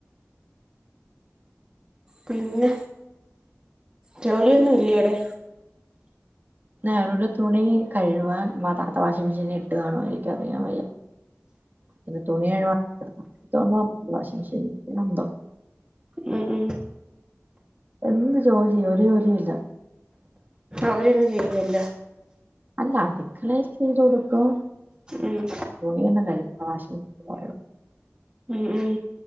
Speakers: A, on the right; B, on the right.
A: പിന്നെ ജോലിയൊന്നും ഇല്ലേടെ
B: നാറുടെ തുണി കഴ് വാൻ മതാർത വാഷി വാഷിംമെഷീൻ ഇട്ടുകാണോ എനിക്കറിയാൻ വയ്യ പിന്നെ തുണി കഴുകാ <unintelligible> വാഷിംഗ് മെഷീന് ന്തോ
A: ഉം ഉം
B: എന്ത് ജോലി ഒരു ജോലിയില്ല
A: അവരന്നെ ചെയ്യോ എല്ലാം
B: അല്ല അടുക്കളേല് ചെയ്ത് കൊടുക്കും
A: ഉം
B: തുണിയൊന്നും കഴുകണ്ട വാഷിംഗ് മെഷീനിൽ
A: ഉം ഉം